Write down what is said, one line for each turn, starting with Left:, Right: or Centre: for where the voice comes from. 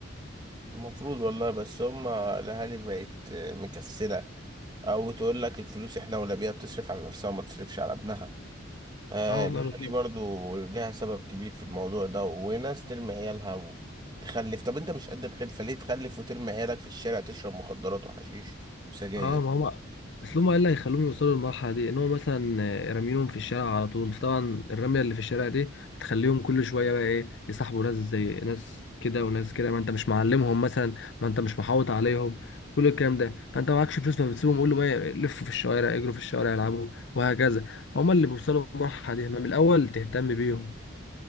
Right: المفروض والله بس هما الاهالي بقت مكسلة او تقول لك الفلوس احنا ولا بيها تصرف على نفسها وما تصرفش على ابنها آه
Left: اه والله
Right: ليها
Left: بس
Right: لي برضو ليها سبب كبير في الموضوع ده وناس ترمي عيالها وتخلف طب انت مش قد الخلفة ليه تخلف وترمي عيالك في الشارع تشرب مخدرات وحشيش وسجاير
Left: اه ما هم اصل هم ايه اللي هيخلوهم يوصلوا للمرحله دي ان هم مثلا آه، رامينهم في الشارع على طول طبعا الرميه اللي في الشارع دي بتخليهم كل شويه بقى ايه يصاحبوا ناس زي ناس كده وناس كده ما انت مش معلمهم مثلا ما انت مش محوط عليهم كل الكلام ده فانت معكش فلوس فبتسيبهم قول له ما ي- لفوا في الشوارع اجروا في الشوارع العبوا وهكذا فهم اللي بيوصلوا للمرحله دي ما من الاول تهتم بيهم